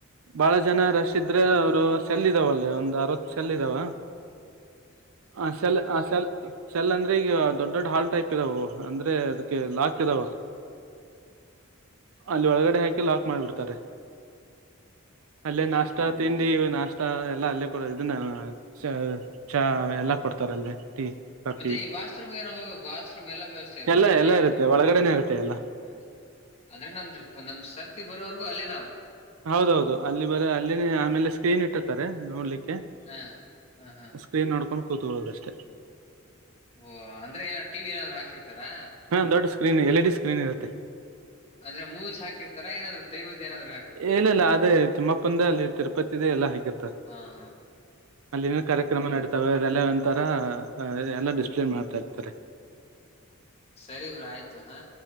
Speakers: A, on the right; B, on the left.
A: ಬಾಳ ಜನ ರಶ್ ಇದ್ರೆ ಅವರು ಸೆಲ್ ಇದಾವ ಅಲ್ಲಿ ಒಂದ್ ಅರವತ್ತು ಸೆಲ್ ಇದಾವ. ಆ ಸೆಲ್ ಆ ಸೆಲ್. ಸೆಲ್ ಅಂದ್ರೆ ಈಗ ದೊಡ್ಡ ದೊಡ್ಡ ಹಾಲ್ ಟೈಪ್ ಇದಾವವು ಅಂದ್ರೆ. ಅದಕ್ಕೆ ಲಾಕ್ ಇದಾವ. ಅಲ್ಲಿ ಒಳಗಡೆ ಹಾಕಿ ಲಾಕ್ ಮಾಡ್ಬಿಡ್ತಾರೆ ಅಲ್ಲೆ ನಾ. ನಾಷ್ಟ ತಿಂಡಿ ಇದ ನಾಷ್ಟ ಎಲ್ಲ ಅಲ್ಲೇ ಕೂಡ ಇದನ್ನ. ಚ ಚಾ ಎಲ್ಲಾ ಕೊಡ್ತಾರ ಅಲ್ಲೇ ಟೀ. ಕಾಫಿ
B: ಮತ್ತೆ ಈ ವಾಶ್ರೂಮ್ ಏನೋ ಹೋಗ ವಾಶ್ರೂಮ್ ಎಲ್ಲ ವ್ಯವಸ್ಥೆ ಇರುತ್ತ
A: ಎಲ್ಲಾ
B: ಅಲ್ಲಿ.
A: ಎಲ್ಲಾ ಇರುತ್ತೆ ಒಳಗಡೆನೆ ಇರುತ್ತೆ ಎಲ್ಲಾ
B: ಹ್ಮ ಅಂದ್ರೆ ನಮ್ದ ನಮ್ ಸರ್ತಿ ಬರೋವರ್ಗೂ ಅಲ್ಲೇ ನಾವ.
A: ಹೌದೌದು ಅಲ್ಲಿ ಬರೆ ಅಲ್ಲಿನೆ ಆಮೇಲೆ ಸ್ಕ್ರೀನ್ ಇಟ್ಟಿರತಾರೆ ನೋಡ್ಲಿಕ್ಕೆ.
B: ಹ ಆಹಾ.
A: ಸ್ಕ್ರೀನ್ ನೋಡಕೊಂಡ ಕೂತ್ಕೊಳ್ಳೋದಷ್ಟೇ.
B: ಓ ಅಂದ್ರೆ ಏನ ಟಿ ವಿ ಏನಾದ್ರು ಹಾಕಿರ್ತಾರಾ.
A: ಹಾ ದೊಡ್ ಸ್ಕ್ರೀನ್ ಎಲ್ ಡಿ ಸ್ಕ್ರೀನ್ ಇರುತ್ತೆ.
B: ಅಂದ್ರೆ ಮೂಚ್ ಹಾಕಿರ್ತಾರ ಏನಾದ್ರರು. ದೈವದ ಏನಾರ.
A: ಎನಿಲ್ಲ ಅದೇ ತಿಮ್ಮಪ್ಪಂದ ಅಲ್ಲಿ ತಿರುಪತಿದೆ ಎಲ್ಲಾ ಹಾಕಿರ್ತಾರ.
B: ಹಾ ಹಾ.
A: ಅಲ್ಲಿನ ಕಾರ್ಯಕ್ರಮ ನಡೀತಾವ ಅದೆಲ್ಲ ಒಂತರ ಎಲ್ಲ ಡಿಸಿಪ್ಲೆನ ಮಾಡ್ತಾ ಇರ್ತಾರೆ.
B: ಸರಿ ಗುರು ಆಯ್ತು ಹಾ.